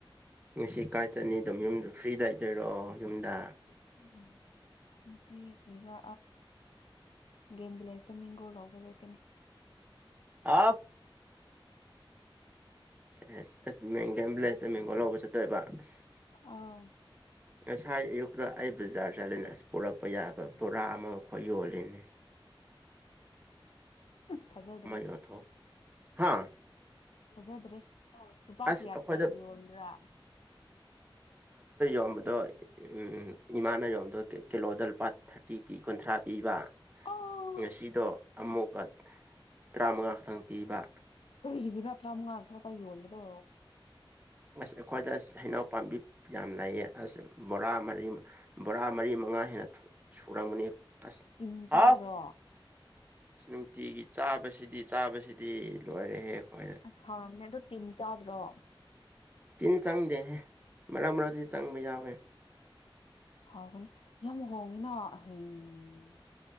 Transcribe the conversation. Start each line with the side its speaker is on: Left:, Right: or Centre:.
Right: ꯉꯁꯤ ꯀꯥꯏ ꯆꯠꯅꯤ ꯑꯗꯨꯝ ꯌꯨꯝꯗ ꯐ꯭ꯔꯤꯗ ꯑꯣꯏꯗꯣꯏꯔꯣ ꯌꯨꯝꯗ
Left: <unintelligible> ꯉꯁꯤ ꯀꯔꯤꯗꯥ ꯒꯦꯝ ꯚꯤꯂꯦꯖꯇ ꯃꯦꯡꯒꯣ ꯂꯧꯕ ꯆꯠꯀꯅꯤ
Right: <unintelligible> ꯁꯦꯁ ꯑꯁ ꯃꯦꯡ ꯚꯤꯂꯦꯖꯇ ꯃꯦꯡꯒꯣ ꯂꯧꯕ ꯆꯠꯇꯣꯏꯕ ꯑꯁ
Left: ꯑꯥꯎ
Right: ꯉꯁꯥꯏ ꯑꯌꯨꯛꯇ ꯑꯩ ꯕꯖꯥꯔ ꯆꯠꯂꯅ ꯑꯁ ꯄꯨꯔꯛꯄ ꯄꯨꯔꯛꯄ ꯌꯥꯕ ꯕꯣꯔꯥ ꯑꯃ ꯑꯩꯈꯣꯏ ꯌꯣꯜꯂꯤꯅꯤ
Left: ꯐꯖꯗ꯭ꯔꯦ
Right: ꯌꯣꯟꯊꯣꯛ ꯍꯥ
Left: ꯐꯖꯗ꯭ꯔꯦ ꯂꯨꯄꯥ
Right: ꯑꯁ
Left: ꯀꯌꯥ
Right: ꯑꯩꯈꯣꯏꯗ
Left: ꯀꯌꯥꯒꯤ ꯌꯣꯟꯕ꯭ꯔꯥ
Right: ꯌꯣꯝꯕꯗꯣ ꯎꯝ ꯏꯃꯥꯅ ꯌꯣꯟꯕꯗꯣ ꯀꯤꯂꯣꯗ ꯂꯨꯄꯥ ꯊꯥꯔꯇꯤ ꯄꯤ ꯀꯨꯟꯊ꯭ꯔꯥ ꯄꯤꯕ
Left: ꯑꯣ
Right: ꯉꯁꯤꯗꯣ ꯑꯃꯨꯛꯀ ꯇꯔꯥꯃꯉꯥ ꯈꯛꯇꯪ ꯄꯤꯕ
Left: ꯀꯔꯤꯒꯤꯔ ꯇꯔꯥꯃꯉꯥ ꯈꯛꯇ ꯌꯣꯟꯕꯗꯣ
Right: ꯑꯁ ꯑꯩꯈꯣꯏꯗ ꯍꯩꯅꯧ ꯄꯥꯝꯕꯤ ꯌꯥꯝ ꯂꯩꯌꯦ ꯑꯁ ꯕꯣꯔꯥ ꯃꯔꯤ ꯕꯣꯔꯥ ꯃꯔꯤ ꯃꯉꯥ ꯍꯦꯟꯅ ꯁꯨꯔꯝꯒꯅꯤ ꯑꯁ
Left: ꯇꯤꯟ ꯆꯥꯗ꯭ꯔꯣ
Right: ꯍꯥꯎ ꯑꯁ ꯅꯨꯡꯇꯤꯒꯤ ꯆꯥꯕꯁꯤꯗꯤ ꯆꯥꯕꯁꯤꯗꯤ ꯂꯣꯏꯔꯦꯍꯦ ꯑꯩꯈꯣꯏꯅ
Left: ꯑꯁ ꯍꯥꯎꯔꯝꯅꯦ ꯑꯗꯨ ꯇꯤꯟ ꯆꯥꯗ꯭ꯔꯣ
Right: ꯇꯤꯟ ꯆꯥꯡꯗꯦꯍꯦ ꯃꯔꯛ ꯃꯔꯛꯗꯤ ꯆꯪꯕ ꯌꯥꯎꯋꯦ
Left: ꯍꯧꯒꯅꯤ ꯌꯥꯝ ꯍꯣꯡꯉꯤꯅ ꯑꯍꯩ